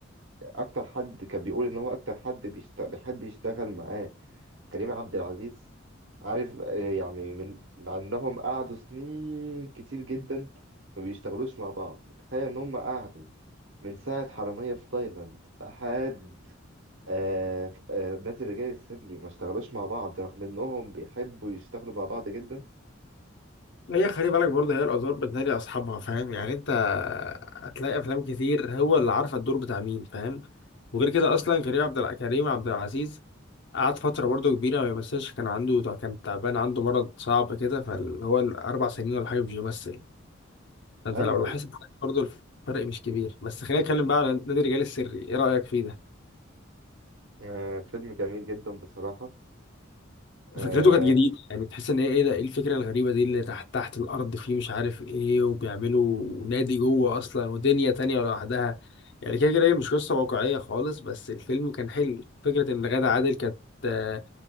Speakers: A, on the right; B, on the left.
A: اكتر حد كان بيقول ان هو اكتر حد بيشت... بيحب يشتغل معاه كريم عبد العزيز عارف آه، يعني من مع انهم قعدوا سنين كتير جدا ما بيشتغلوش مع بعض تخيل ان هم قعدوا من ساعة حرامية في تايلاند لحد آه... آه... نادي الرجال السري ما اشتغلوش مع بعض رغم انهم بيحبوا يشتغلوا مع بعض جدا
B: هي خلي بالك برضه هي الآثار بتنادي أصحابها فاهم يعني أنت هتلاقي أفلام كتير هو اللي عارفة الدور بتاع مين فاهم وغير كده أصلا كريم عبد الع- كريم عبد العزيز قعد فترة برضه كبيرة ما بيمثلش كان عنده كان تعبان عنده مرض صعب كده فاللي هو الأربع سنين ولا حاجة مش بيمثل أنت
A: ايوه
B: لو لاحظت
A: ايوه
B: برضه الفرق مش كبير بس خلينا نتكلم بقى على نادي الرجال السري إيه رأيك فيه ده؟
A: آه... فيلم جميل جدا بصراحة آه،
B: فكرته كانت جديدة يعني تحس ان هي ايه ده ايه الفكرة الغريبة دي اللي تحت تحت الارض فيه مش عارف ايه وبيعملوا نادي جوه اصلا ودنيا تانية لوحدها يعني كده كده هي مش قصة واقعية خالص بس الفيلم كان حلو فكرة ان غادة عادل كانت آه،